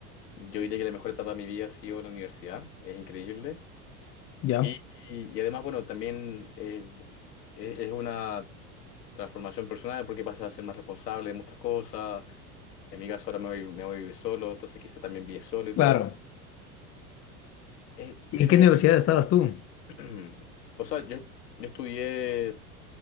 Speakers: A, on the left; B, on the left.
A: yo diría que la mejor etapa de mi vida ha sido la universidad. Es increíble.
B: Ya,
A: Y, y- y además, bueno, también eh, es, es una transformación personal porque pasas a ser más responsable de muchas cosas. En mi caso ahora me voy, me voy a vivir solo, entonces quizá también vive solo y
B: claro.
A: todo. Eh,
B: ¿Y
A: tiene,
B: en qué universidad estabas tú?
A: <clears throat> o sea, yo, yo estudié